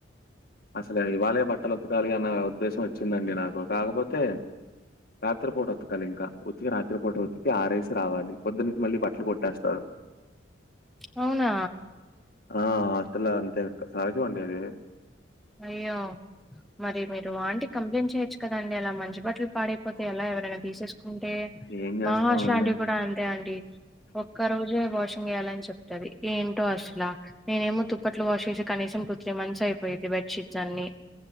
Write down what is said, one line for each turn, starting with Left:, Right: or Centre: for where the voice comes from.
Left: అసలే ఇవాళే బట్టలుతకాలి అన్న ఉద్దేశం వచ్చిందండి నాకు కాకపోతే రాత్రిపూట ఉతకాలి ఇంకా ఉతికి రాత్రిపూట ఉతికి ఆరేసి రావాలి పొద్దున్నంచి మళ్ళీ బట్టలు కొట్టేస్తారు
Centre: అవునా
Left: ఆ హాస్టల్ అంతే సాహజ వండేది
Centre: అయ్యో మరి మీరు ఆంటికి కంప్లైంట్ చేయొచ్చు కదా అండి అలా మంచి బట్టలు పాడైపోతే ఎలా ఎవరైనా తీసేసుకుంటే
Left: ఏం చేస్తామండి
Centre: మా హాస్టల్ ఆంటీ కూడా అంతే అండి ఒక్క రోజే వాషింగ్ చేయాలని చెప్ ది ఏంటో అసలా నేనేమో దుప్పట్లు వాష్ చేసి కనీసం టూ త్రీ మంత్స్ అయిపోయేది బట్ షీట్స్ అన్ని